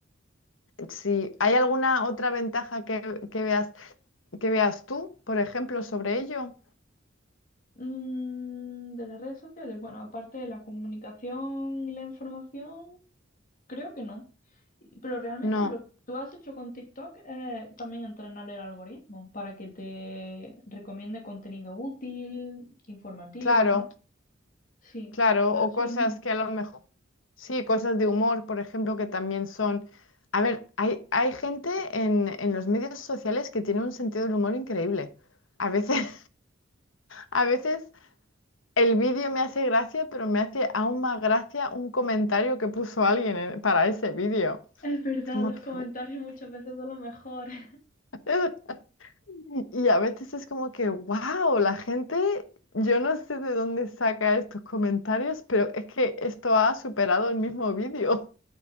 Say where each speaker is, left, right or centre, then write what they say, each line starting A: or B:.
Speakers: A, on the left (about 80°); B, on the left (about 45°).
A: Si hay alguna otra ventaja que, que veas, que veas tú, por ejemplo, sobre ello,
B: Mm, de las redes sociales, bueno, aparte de la comunicación y la información, creo que no. Y- Pero realmente
A: no,
B: lo que tú has hecho con TikTok es también entrenar el algoritmo para que te recomiende contenido útil, informativo,
A: claro,
B: ¿no? Sí,
A: claro,
B: tú has
A: o
B: hecho
A: cosas
B: lo mismo.
A: que a lo mejor, sí, cosas de humor, por ejemplo, que también son. A ver, hay, hay gente en, en los medios sociales que tiene un sentido del humor increíble. A veces.
B: Sí.
A: A veces el vídeo me hace gracia, pero me hace aún más gracia un comentario que puso alguien en- para ese vídeo.
B: Es verdad,
A: Es como
B: los
A: que...
B: comentarios
A: "Gu-
B: muchas veces son los mejores.
A: eh", Y a veces es como que, wow, la gente, yo no sé de dónde saca estos comentarios, pero es que esto ha superado el mismo vídeo.